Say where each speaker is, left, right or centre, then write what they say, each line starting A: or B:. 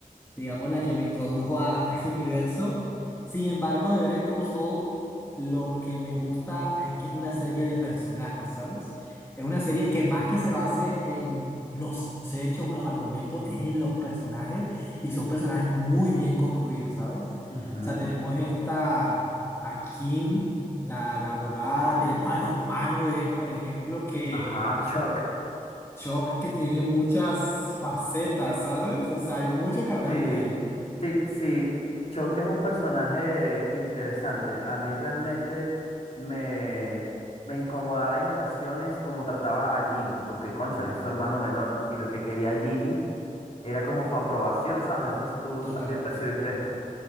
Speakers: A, on the left (about 15°); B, on the left (about 45°).
A: digamos, la que me introdujo a ese universo. Sin embargo, de ver Call Saul, lo que me gusta es que es una serie de personajes, ¿sabes? Es una serie que más
B: Sí.
A: que se base en los hechos o en los argumentos, es en los personajes y son personajes muy bien construidos, ¿sabes? O
B: Ujú.
A: sea, tenemos esta, a Kim, la, la abogada, tenemos al hermano de él, por ejemplo, que...
B: Ajá, Chuck.
A: Shock que tiene muchas facetas, ¿sabes? O sea, hay mucho que hablar
B: Sí,
A: de él.
B: sí, sí. Chuck es un personaje interesante. A mí realmente me, me incomodaba en ocasiones como trataba a Jimmy, porque, cónchale, es su hermano menor. Y lo que quería Jimmy Era como su aprobación, ¿sabes? No sé si tú
A: Totalmente.
B: también percibiste esto.